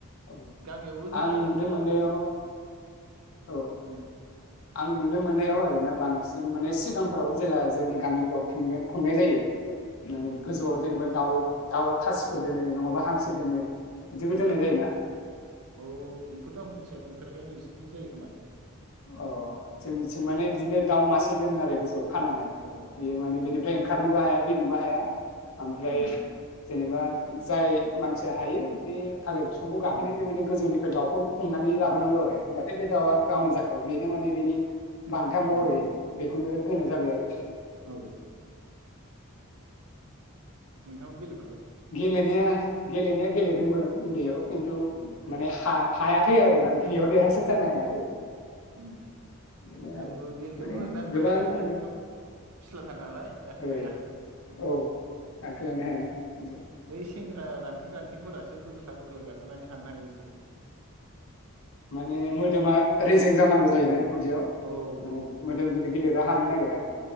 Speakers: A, on the left (about 70°); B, on the right (about 85°).
A: औ
B: गामियावबो होनो
A: आं
B: हायो
A: नुनो
B: खेला
A: मोननायाव
B: महरै ओम।
A: औ
B: उम्म।
A: आं नुनो मोन्नायाव आरोना बांसिन माने सिगांफोर जेला जोंनि गामिफ्राव खुंगोन खुंनाय जायो माने
B: उम
A: गोजौआव जेनेबा <unintelligible> दाउ खासिफोर दोनो नङाबा हांसो दोनो बिदिबो दोननाय जायोना।
B: औ बेखौथ' आं मिथिया नुफेराखै नोंसिनिथिं जायो खोमा।
A: अ जोंनिथिं माने बिदिनो दाउ मासे दोनो आरो। खानानै
B: औ
A: बियो माने
B: औ
A: बेनिफ्राय ओंखारनोबो हाया बिरनोबो हाया ओमफ्राय
B: उम
A: जेनेबा जाय मानसिया हायो बे थालिर बिफांखौ गाखोनो
B: उम
A: बे माने गोजौनि बे दाउखौ हमनानै
B: उम
A: लाबोनांगौ आरो होनबाथाय बे दाउआ गावनि बेनो माने बिनि बान्था महरै
B: उम
A: बेखौनो होनाय जाबाय आरो।
B: औ नोंथाबो गेलेफेरबाय?
A: गेलेनाया गेलेनाया गेलेदोंमोन उन्दैयाव। खिन्थु
B: उम
A: माने हा हायााखै आरो आं बियाव देरहासार जानो हायाखै।
B: औ उम
A: बेनो आरो
B: आंबो गेलेदोंमोन
A: माने
B: आंबो
A: गोबां
B: हाया
A: माने
B: एकदम फिस्लाथार नालाय गाखोनो
A: ओ
B: हाया
A: औ
B: उम
A: आख्लायनो हायाना जों
B: बै सेंग्रा रान्थें रान्थेंफोरास सो ख्लाब-ख्लाब जानो खोनानै हान्नो हायो इसोरो
A: माने मोदोमा रेजें जानांगौ जायोना
B: उम
A: बिदियाव
B: औ
A: माने
B: औ
A: मोदोम गिलिर गिलिर या हानो नागेरा